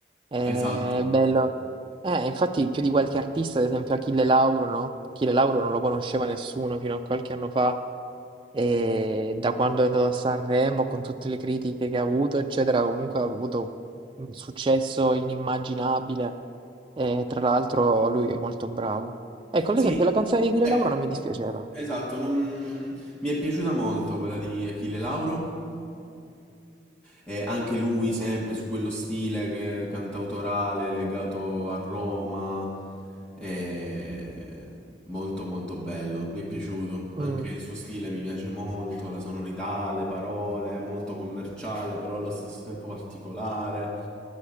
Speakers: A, on the right (about 25°); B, in the centre.
A: È
B: esatto.
A: bello. Eh, infatti più di qualche artista, ad esempio Achille Lauro, no? Achille Lauro non lo conosceva nessuno fino a qualche anno fa e da quando è andato a Sanremo, con tutte le critiche che ha avuto, eccetera, comunque ha avuto un successo inimmaginabile e tra l'altro lui è molto bravo. Ecco,
B: Sì,
A: ad esempio la canzone di Achille
B: ecco,
A: Lauro non mi dispiaceva.
B: esatto. non- Mi è piaciuta molto quella di Achille Lauro. Eh, anche lui sempre su quello stile che- cantautorale legato a Roma, eh, molto molto bello, mi è piaciuto, anche
A: Mm.
B: il suo stile mi piace molto, la sonorità, le parole, molto commerciale però allo stesso tempo particolare,